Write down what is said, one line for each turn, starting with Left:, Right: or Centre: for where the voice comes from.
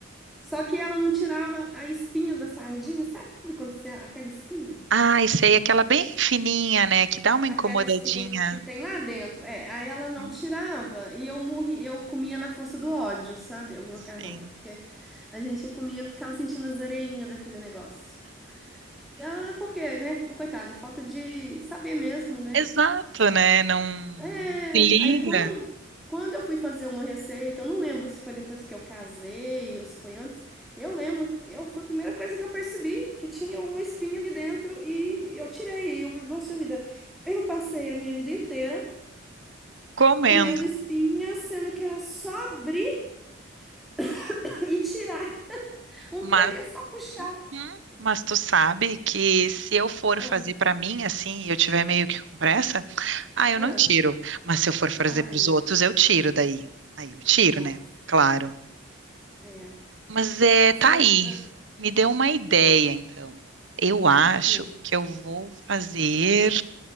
Centre: Só que ela não tirava a espinha da sardinha, sabe quando você, aquela espinha?
Right: Ai, sei, aquela bem fininha, né? Que dá uma incomodadinha.
Centre: Aquela espinha que tem lá dentro. É, aí ela não
Right: Hum,
Centre: tirava e eu morri, eu comia na força do ódio, sabe? O macarrão.
Right: Sim.
Centre: Porque a gente comia, ficava sentindo as areinhas daquele negócio. E, Ah, porque, né? Coitada, falta de saber mesmo, né?
Right: Exato, né? Não
Centre: É,
Right: se liga
Centre: Aí quando, quando eu fui fazer uma receita, eu não lembro se foi depois que eu casei ou se foi antes. Eu lembro, que eu foi a primeira coisa que eu percebi que tinha uma espinha ali dentro e eu tirei. E eu, falei, poxa vida, eu passei a minha vida inteira
Right: comendo.
Centre: comendo espinha, sendo que era só abrir <laughs> e tirar. Um
Right: Mas,
Centre: trem que é só puxar.
Right: uhum, mas tu sabe que se eu for
Centre: Ah,
Right: fazer pra mim assim, e eu tiver meio que com pressa. Ah, eu
Centre: ah,
Right: não tiro. Mas se eu for fazer
Centre: ai,
Right: para os outros, eu tiro daí. Aí eu tiro,
Centre: nossa,
Right: né? Claro.
Centre: é.
Right: Mas é,
Centre: Assar,
Right: tá aí.
Centre: ah,
Right: Me deu uma ideia, então. Eu acho
Centre: o quê?
Right: que eu vou fazer